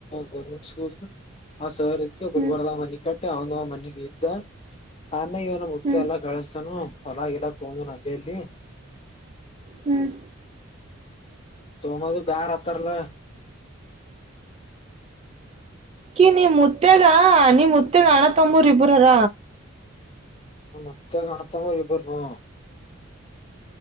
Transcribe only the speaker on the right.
ಹ್ಮ್
ಹ್ಮ್
ಹ್ಮ್.
ಕ ನೀಮ್ ಮುತ್ಯಾಗ ನೀಮ್ ಮುತ್ಯಾಗ್ ಅಣ ತಮ್ಮೂರ್ ಇಬ್ರ ಅರ.